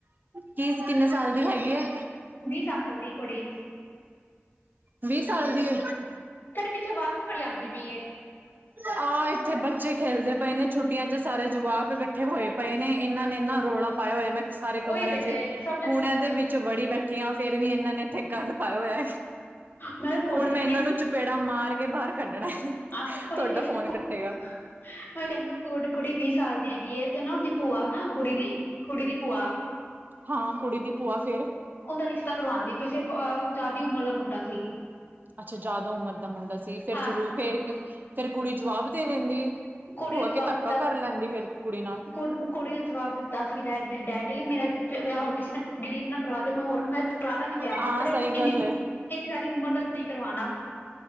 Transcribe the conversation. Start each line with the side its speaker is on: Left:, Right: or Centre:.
Right: ਕੀ ਕਿੰਨੇ ਸਾਲ ਦੀ ਹੈਗੀ ਐ,
Left: ਵੀਹ ਸਾਲ ਦੀ ਕੁੜੀ,
Right: ਵੀਹ ਸਾਲ ਦੀ,
Left: ਸਾਡੇ ਪਿੱਛੇ ਆਵਾਜ਼ ਬੜੀ ਆਦੀ ਪਈ ਏ, <unintelligible>
Right: ਆਾਂ ਇੱਥੇ ਬੱਚੇ ਖੇਲਦੇ ਪਏ ਨੇ ਛੁੱਟੀਆਂ ਚ ਸਾਰੇ ਜਵਾਕ ਇਕੱਠੇ ਹੋਏ ਪਏ ਨੇ ਇਹਨਾਂ ਨੇ ਇਨਾ ਰੌਲਾ ਪਾਇਆ ਹੋਇਆ ਮੈਂ ਸਾਰੇ ਕਮਰਿਆਂ
Left: ਉਹੀ ਤੇ
Right: ਚ
Left: ਸਮਝ
Right: ਕੂਣਿਆਂ ਦੇ ਵਿੱਚ ਵੜੀ ਬੈਠੀ ਆਂ ਫੇਰ ਵੀ ਇਹਨਾਂ ਨੇ ਇੱਥੇ ਗੱਲ ਪਾਇਆ ਹੋਇਆ।
Left: ਮੈਂ ਤਾਂ ਕੁੜੀ
Right: ਹੁਣ ਮੈਂ
Left: ਕਹਿੰਦੀ
Right: ਇਹਨਾਂ ਨੂੰ ਚਪੇੜਾ ਮਾਰ ਕੇ ਬਾਹਰ ਕੱਢਣਾ,
Left: ਆਹ ਕੋਈ
Right: ਤੁਹਾਡਾ
Left: <unintelligible>
Right: ਫੋਨ ਕੱਟੇਗਾ
Left: ਮੈਂ ਕਹਿੰਦੀ ਮੈਂ ਕੁ ਕੁੜੀ ਵੀਹ ਸਾਲ ਦੀ ਹੈਗੀ ਐ ਤੇ ਨਾ ਉਹਦੀ ਭੂਆ ਨਾ ਕੁੜੀ ਦੀ, ਕੁੜੀ ਦੀ ਭੂਆ,
Right: ਹਾਂ ਕੁੜੀ ਦੀ ਭੂਆ ਫੇਰ,
Left: ਉਹਦਾ ਰਿਸ਼ਤਾ ਕਰਵਾਦੀ ਪਈ ਸੀ ਜ਼ਿਆਦੀ ਉਮਰ ਦਾ ਮੁੰਡਾ ਸੀ,
Right: ਅੱਛਾ ਜਿਆਦਾ ਉਮਰ ਦਾ ਮੁੰਡਾ ਸੀ ਫਿਰ
Left: ਹਾਂ
Right: ਜਰੂਰ ਫੇਰ-ਫੇਰ ਕੁੜੀ ਜਵਾਬ ਦੇ ਦਿੰਦੀ
Left: ਕੁੜੀ
Right: ਹੋਆ
Left: ਨੇ ਜਵਾਬ
Right: ਕੇ ਧੱਕਾ
Left: ਦਿੱਤਾ
Right: ਕਰ ਲੈਂਦੀ ਫੇਰ ਕੁੜੀ ਨਾਲ
Left: ਕੁ ਕੁੜੀ ਨੇ ਜਵਾਬ ਦਿੱਤਾ ਸੀ ਕਿ ਡੈ ਡੈਡੀ ਮੇਰਾ ਵਿਆਹ ਹੋਰ ਕਿਸੇ ਨੇ ਗ਼ਰੀਬ ਨਾ ਕਰਵਾ ਦੇ ਮੈਂ ਹੋਰ ਮੈਂ ਕਰਵਾ ਲਾਂਗੀ ਵਿਆਹ
Right: ਹਾਂ
Left: ਪਰ
Right: ਸਹੀ
Left: ਇਨੀੇ
Right: ਗੱਲ ਏ।
Left: ਇਹਨੀ ਜ਼ਿਆਦੀ ਉਮਰ ਦਾ ਨਹੀਂ ਕਰਵਾਣਾ,